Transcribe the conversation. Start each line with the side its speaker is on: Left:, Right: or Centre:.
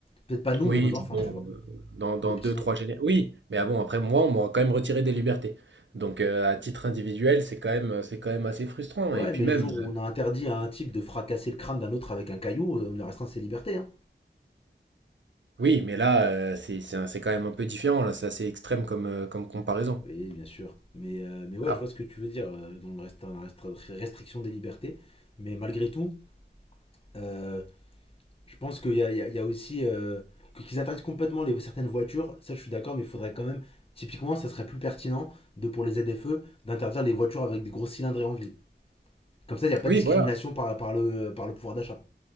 Left: Peut-être pas nous,
Right: Oui,
Left: mais nos enfants,
Right: mais bon,
Left: tu vois,
Right: euh, dans, dans
Left: nos petits
Right: deux, trois
Left: enfants.
Right: générations. Oui, mais ah bon, après moi, on m'aura quand même retiré des libertés. Donc euh, à titre individuel, c'est quand même c'est quand même assez frustrant.
Left: Ouais,
Right: Et puis
Left: mais
Right: même,
Left: le jour où
Right: euh,
Left: on a interdit à un type de fracasser le crâne d'un autre avec un caillou, euh, on lui restreint ses libertés. Hein.
Right: oui, mais là, euh, c'est c'est un- c'est quand même un peu différent. Là, c'est assez extrême comme, euh, comme comparaison.
Left: Oui, bien sûr. Mais, euh, mais ouais,
Right: Ah,
Left: je vois ce que tu veux dire euh, dans le reste- la restriction des libertés. Mais malgré tout, euh, Je pense qu'il y a, il y a- il y a aussi. euh, que- qu'ils interdisent complètement les, certaines voitures, ça je suis d'accord, mais il faudrait quand même. Typiquement, ça serait plus pertinent de, pour les ZFE d'interdire les voitures avec des gros cylindrés en ville. Comme ça, il n'y a pas
Right: oui,
Left: de discrimination
Right: voilà.
Left: par, par, le, par le pouvoir d'achat.